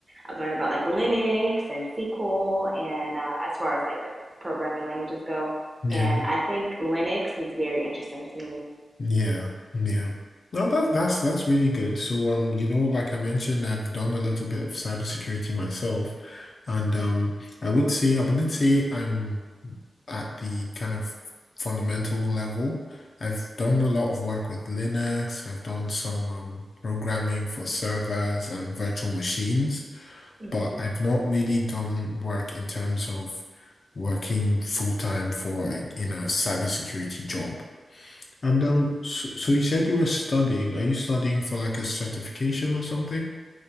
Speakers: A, on the right; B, on the left.
A: I've learned about like Linux and SQL and uh, as far as like the programming languages go.
B: Yeah.
A: And I think Linux is very interesting to me.
B: Yeah, yeah. No, that's that's that's really good. So, um, you know, like I mentioned, I've done a little bit of cybersecurity myself, and um, I would say I wouldn't say I'm at the kind of fundamental level. I've done a lot of work with Linux. I've done some um, programming for servers and virtual machines,
A: hmm
B: but I've not really done work in terms of working full time for a, in a cybersecurity job. And um, so, so you said you were studying. Are you studying for like a certification or something?